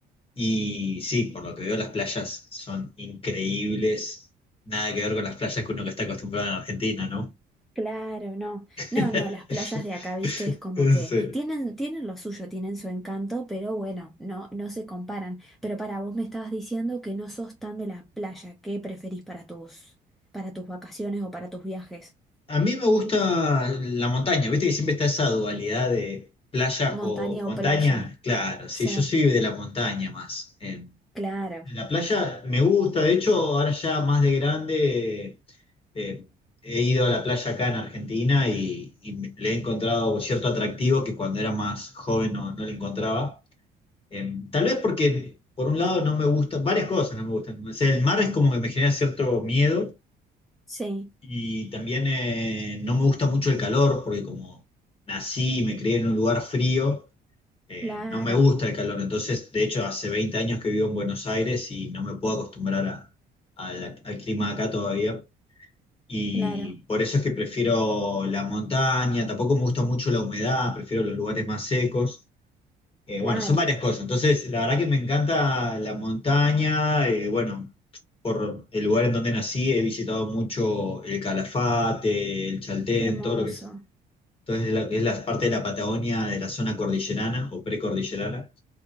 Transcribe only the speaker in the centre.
Claro, no.
No, no, las playas de acá, viste, es como que tienen,
tienen lo suyo, tienen su encanto, pero bueno, no, no se comparan. Pero para vos me estabas diciendo que no sos tan de la playa. ¿Qué preferís para tus, para tus vacaciones o para tus viajes?
¿Montaña
o playa?
Sí,
claro,
sí,
claro,
claro,
claro.
Qué hermoso.